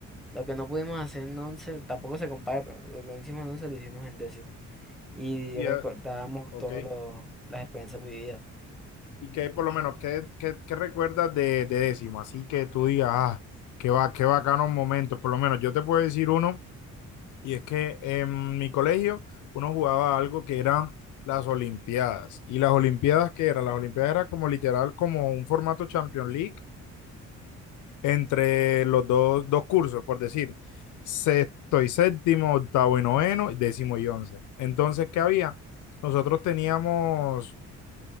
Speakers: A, in the centre; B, on the left.
A: lo que no pudimos hacer en once, tampoco se compara, pero lo que hicimos en once lo hicimos en décimo. Y
B: ya
A: yo recordábamos
B: eh, ok.
A: todas las experiencias vividas.
B: Y qué por lo menos, ¿qué, qué, qué recuerdas de, de décimo? Así que tú digas, ah, qué, va, qué bacanos momentos. Por lo menos yo te puedo decir uno, y es que en mi colegio uno jugaba algo que era las Olimpiadas. ¿Y las Olimpiadas qué eran? Las Olimpiadas era como literal, como un formato Champions League, entre los dos, dos cursos, por decir, sexto y séptimo, octavo y noveno, décimo y once. Entonces, ¿qué había? Nosotros teníamos